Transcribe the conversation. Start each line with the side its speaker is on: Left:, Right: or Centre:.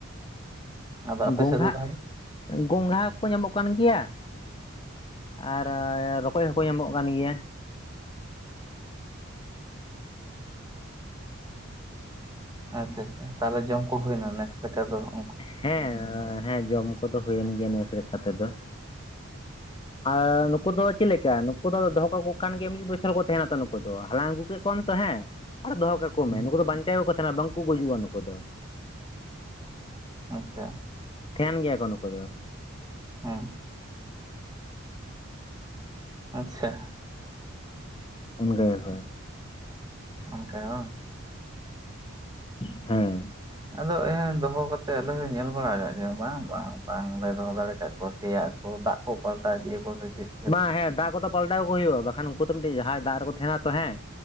Right: ᱟᱫᱚ ᱟᱯᱮ
Left: ᱜᱚᱝᱜᱷᱟ
Right: ᱥᱮᱫ ᱫᱚ ᱛᱟᱦᱚᱞᱮ
Left: ᱜᱚᱝᱜᱷᱟ ᱠᱚ ᱧᱟᱢᱚᱜ ᱠᱟᱱ ᱜᱮᱭᱟ ᱾ ᱟᱨᱻ ᱨᱚᱠᱚᱡ ᱦᱚᱸᱠᱚ ᱧᱟᱢᱚᱜ ᱠᱟᱱ ᱜᱮᱭᱟ ᱾
Right: ᱟᱪᱷᱟ ᱟᱪᱷᱟ ᱛᱟᱦᱚᱞᱮ ᱡᱚᱢ ᱠᱚ ᱦᱩᱭᱮᱱᱟ ᱱᱮᱥ <inaudible> ᱫᱚ ᱾
Left: ᱦᱮᱸ ᱦᱮᱸ ᱡᱚᱢ ᱠᱚᱫᱚ ᱦᱩᱭᱮᱱ ᱜᱮᱭᱟ ᱱᱮᱥ ᱞᱮᱠᱟ ᱛᱮ ᱫᱚ ᱾ ᱟᱻ ᱱᱩᱠᱩ ᱫᱚ ᱪᱮᱫ ᱞᱮᱠᱟ ᱱᱩᱠᱩ ᱫᱚ ᱫᱚᱦᱚ ᱠᱟᱠᱚ ᱠᱟᱱ ᱜᱮᱭᱟ ᱢᱤᱫ ᱵᱚᱪᱷᱚᱨ ᱠᱚ ᱛᱟᱦᱮᱱᱟ ᱛᱚ ᱱᱩᱠᱩ ᱫᱚ ᱦᱟᱞᱟᱝ ᱟᱹᱜᱩ ᱠᱮᱫ ᱠᱚᱣᱟᱢ ᱛᱚ ᱦᱮᱸ ᱾ ᱟᱨ ᱫᱚᱦᱚ ᱠᱟᱠᱚ
Right: ᱦᱩᱸ,
Left: ᱢᱮ ᱱᱩᱠᱩ ᱫᱚ ᱵᱟᱧᱪᱟᱣ ᱜᱮ ᱠᱚ ᱛᱟᱦᱮᱱᱟ ᱵᱟᱝᱠᱚ ᱜᱩᱡᱩᱜᱼᱟ ᱱᱩᱠᱩ ᱫᱚ ᱾
Right: ᱟᱪᱷᱟ ᱾
Left: ᱛᱟᱦᱮᱱ ᱜᱮᱭᱟ ᱠᱚ ᱱᱩᱠᱩ ᱫᱚ ᱾
Right: ᱦᱩᱸ ᱾ ᱟᱪᱷᱟ ᱾
Left: ᱩᱱ ᱜᱮᱭ ᱦᱚᱭ ᱾
Right: ᱚᱱᱠᱟ ᱵᱟᱝ?
Left: ᱦᱩᱸᱻ ᱾
Right: ᱟᱫᱚ ᱮ ᱫᱚᱦᱚ ᱠᱟᱛᱮ ᱟᱞᱮ ᱦᱚᱸ ᱞᱮ ᱧᱮᱞ ᱵᱟᱲᱟ ᱠᱟᱜ ᱜᱮᱭᱟ ᱵᱟᱝ ᱵᱟᱝ ᱵᱟᱝᱞᱮ ᱫᱚᱦᱚ ᱫᱟᱲᱮ ᱠᱟᱜ ᱠᱚᱣᱟ ᱥᱮᱭᱟ ᱾ ᱚ ᱫᱟᱜ ᱠᱚ ᱯᱟᱞᱴᱟ ᱤᱫᱤᱭᱟ ᱠᱚ ᱥᱮ ᱪᱮᱫ ᱾
Left: ᱵᱟᱝ ᱦᱮᱸ ᱫᱟᱜ ᱠᱚᱫᱚ ᱯᱟᱞᱴᱟᱣ ᱟᱠᱚ ᱦᱩᱭᱩᱜᱼᱟ ᱵᱟᱠᱷᱟᱱ ᱩᱱᱠᱩ ᱛᱚ ᱢᱤᱫᱴᱮᱡ ᱡᱟᱦᱟᱸᱭ ᱫᱟᱜ ᱨᱮᱠᱚ ᱛᱟᱦᱮᱱᱟ ᱛᱚ ᱦᱮᱸ